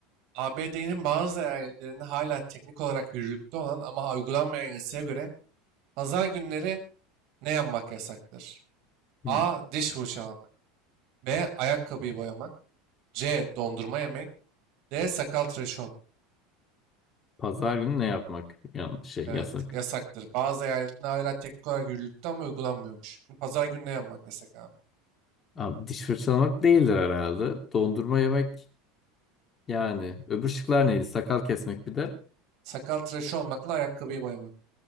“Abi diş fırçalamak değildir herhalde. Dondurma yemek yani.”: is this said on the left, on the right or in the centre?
Left